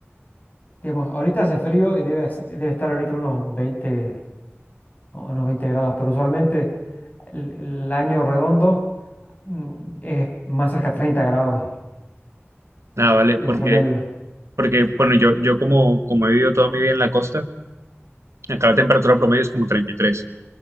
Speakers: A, on the left; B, on the right.
A: digamos, ahorita hace frío y debe, hace- debe estar ahorita unos 20, o unos 20 grados, pero usualmente el, el año redondo mm, es más cerca a 30 grados
B: Nada, vale,
A: el
B: porque,
A: promedio.
B: porque bueno, yo, yo como, como he vivido toda mi vida en la costa, acá la temperatura promedio es como treinta y tres